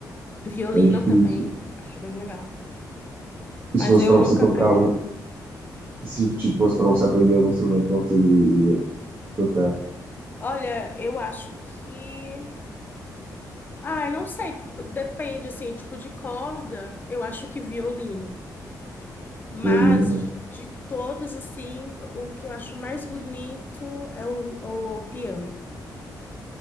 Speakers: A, on the left (about 25°); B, on the right (about 30°).
A: Violino
B: é difícil.
A: também, acho bem legal.
B: E
A: Mas
B: se fosse
A: eu
B: para você
A: nunca
B: tocar,
A: aprendi.
B: um- se tipo, fosse para você aprender algum instrumento, qual você iria tocar?
A: Olha, eu acho que. Ai, não sei, depende, assim, tipo de corda, eu acho que violino. Mas
B: Violino.
A: de de todas, assim, o que eu acho mais bonito é o o piano.